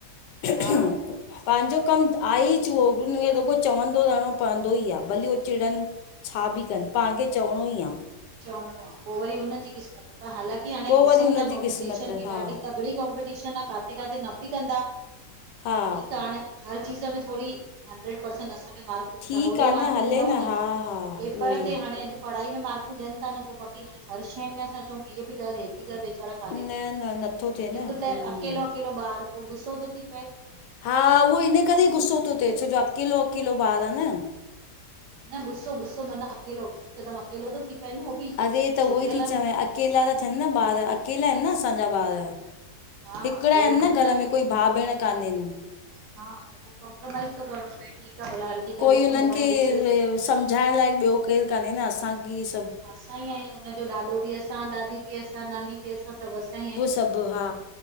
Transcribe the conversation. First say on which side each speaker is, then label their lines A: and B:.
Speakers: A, on the left; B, on the right.
A: पंहिंजो
B: हा
A: कमु आहे ही चूहो हुन खे रूॻो चवंदो रहणो पवंदो ई आहे भलीे हू चिड़न। छा बि कन पाण खे चवणो ही आ।
B: चवणो आहे पोइ वरी हुन जी क़िस्मत हालांकी। भई हाणे
A: पोइ
B: ॾिसूं
A: वरी हुनजी
B: था कॉम्पिटीशन,
A: क़िस्मत
B: बि
A: हा
B: ॾाढी तगड़ी कॉम्पिटीशन आ काथे -काथे न बि कंदा।
A: हा।
B: ठीकु आहे हाणे हर चीज़ में थोरी हंड्रेड परसेंट असांखे मार्क।
A: ठीकु
B: त होॾे
A: आहे
B: मार्कूं
A: न हले
B: ॾिनऊं न,
A: हा हा
B: पेपर
A: उहो ई
B: ते हाणे अड्। पढ़ाई में मार्कूं ॾियनि था न पोइ बाकी हाणे हर शइ में असां चऊं कि हीअ बि कर हे बि कर वेचारा।
A: न न नथो थिए न
B: हिक
A: हम्म
B: त अकेलो -अकेलो ॿारू पोइ ॿुस्सो तो थी पए।
A: हा उहो इन करे ही ॿुस्सो तो थिए छो जो अकेलो- अकेलो ॿारु आहे न।
B: न ॿुस्सो ॿुस्सो माना अकेलो हिकदम अकेलो तो थी पए न। बि
A: अरे त उहो
B: सिंगल
A: ई थी
B: आहे
A: चवाए
B: न
A: अकेला त थियन न, ॿार अकेला आहिनि न, असांजा ॿार।
B: हा
A: हिकड़ा
B: पोइ
A: आहिनि
B: हिन
A: न घर
B: लाइ वरी
A: में कोई भाउ भेण कानेन।
B: हा पोइ कॉम्प्रोमाइज़ थो करणो पए ठीक आ भला हल। ठीकु
A: कोई
B: आहे ॾिस
A: हुन्हन
B: मोबाइल
A: खे
B: ॾिस
A: सम्झाइण लाइ ॿियो केरु काने न ही असांखे सभ- -
B: असां ई आहियूं हुनजो ॾाॾो बि असां ॾाॾी बि असां नानी। असां सभु असां आहियूं,
A: सभु हा